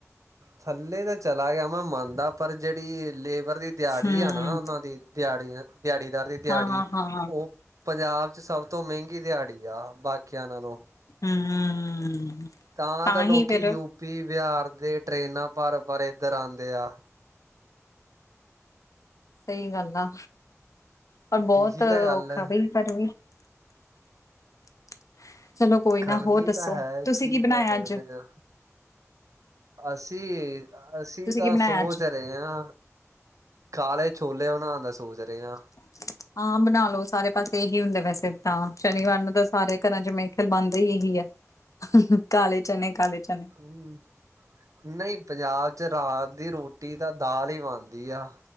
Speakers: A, on the right (about 80°); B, on the left (about 75°).
A: ਥੱਲੇ ਤਾਂ ਚਲਾ ਗਿਆ ਮੈਂ ਮੰਨਦਾ ਪਰ ਜਿਹੜੀ ਲੇਬਰ ਦੀ ਦਿਹਾੜੀ
B: ਹੂੰ
A: ਆ ਨਾ ਉਹਨਾਂ ਦੀ ਦਿਹਾੜੀ ਦਿਹਾੜੀਦਾਰ ਦੀ ਦਿਹਾੜੀ
B: ਹਾਂ ਹਾਂ ਹਾਂ ਹਾਂ
A: ਉਹ ਪੰਜਾਬ 'ਚ ਸਭ ਤੋ ਮਹਿਗੀ ਦਿਹਾੜੀ ਆ ਬਾਕੀਆਂ ਨਾਲੋ।
B: ਹੂੰ
A: ਤਾਂ ਤਾਂ
B: ਹੀ
A: ਲੋਕੀ
B: ਫੇਰ
A: ਯੂਪੀ ਬਿਹਾਰ ਦੇ ਟਰੇਨਾਂ ਭਰ-ਭਰ ਕੇ ਇਧਰ ਆਂਦੇ ਆ।
B: ਸਹੀ ਗੱਲ ਆ, ਪਰ ਬਹੁਤ
A: ਇਹੀ
B: ਔਖਾ
A: ਤਾਂ ਗੱਲ ਹੈ
B: ਬਈ। <unintelligible> ਚਲੋ ਕੋਈ ਨਾ
A: ਗਰਮੀ
B: ਹੋਰ ਦੱਸੋ
A: ਤਾਂ ਹੈ
B: ਤੁਸੀਂ
A: ਕੀ ਕਹਿ
B: ਬਣਾਇਆ
A: ਸਕਦੇ
B: ਅੱਜ
A: ਆ। ਅਸੀ, ਅਸੀ
B: ਤੁਸੀਂ
A: ਤਾਂ
B: ਕੀ ਬਣਾਇਆ
A: ਸੋਚ
B: ਅੱਜ
A: ਰਹੇ ਆ ਕਾਲੇ ਛੋਲੇ ਬਣਾਉਣ ਦਾ ਸੋਚ ਰਹੇ ਆ।
B: <unintelligible> ਹਾਂ ਬਣਾ ਲਓ ਸਾਰੇ ਪਾਸੇ ਇਹੀ ਹੁਦੇ ਵੈਸੇ ਤਾਂ ਸ਼ਨੀਵਾਰ ਨੂੰ ਤਾਂ ਸਾਰੇ ਘਰਾਂ 'ਚ ਮੇਰੇ ਖਿਆਲ ਬਣਦੇ ਹੀ ਇਹੀ ਆ। ਕਾਲੇ ਚਣੇੇ ਕਾਲੇ ਚਣੇੇ।
A: ਹੂੰ ਨਹੀ ਪੰਜਾਬ 'ਚ ਰਾਤ ਦੀ ਰੋਟੀ ਤਾਂ ਦਾਲ ਹੀ ਬਣਦੀ ਆ।